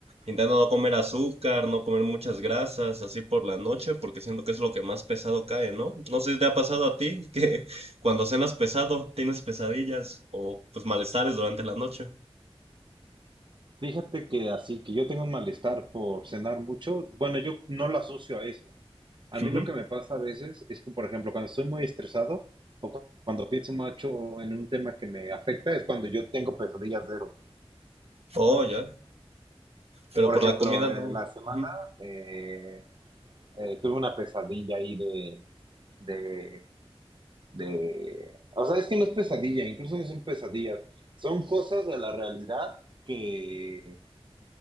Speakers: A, on the right; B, on the right.
A: intentando no comer azúcar, no comer muchas grasas, así por la noche, porque siento que es lo que más pesado cae, ¿no? No sé si te ha pasado a ti que <laughs> cuando cenas pesado tienes pesadillas o pues malestares durante la noche.
B: Fíjate que así que yo tengo un malestar por cenar mucho. Bueno, yo no lo asocio a eso. A mí
A: Ujú.
B: lo que me pasa a veces es que, por ejemplo, cuando estoy muy estresado o cu- cuando pienso mucho en un tema que me afecta, es cuando yo tengo pesadillas de eso.
A: Oh, ya. pero
B: Por
A: por
B: ejemplo,
A: la comida no.
B: eh, la semana
A: Ujú.
B: eh, eh, tuve una pesadilla ahí de, de, de... O sea, es que no es pesadilla, incluso no son pesadillas. Son cosas de la realidad que,